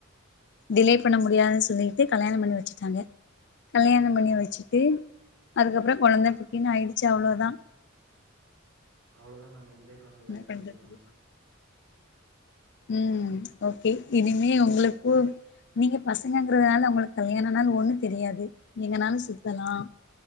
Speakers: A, on the left; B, on the right.
A: டிலே பண்ண முடியாதுன்னு சொல்லிட்டு கல்யாணோ பண்ணி வெச்சிட்டாங்க கல்யாணோ பண்ணி வெச்சிட்டு அதுக்கப்றோ கொழந்த குட்டின்னு ஆயிடுச்சு அவ்ளோதா
B: அவ்ளோதா மேம் என்ஜாய் பண்ணுங்க
A: என்ன
B: லைஃப்
A: பண்றது
B: என்ஜாய் பண்ணுங்க
A: ம் ஓகே இனிமே உங்களுக்கு நீங்க பசங்கங்கறதுனால உங்களுக்கு கல்யாணோ ஆனாலு ஒண்ணு தெரியாது எங்கனாலு சுத்தலா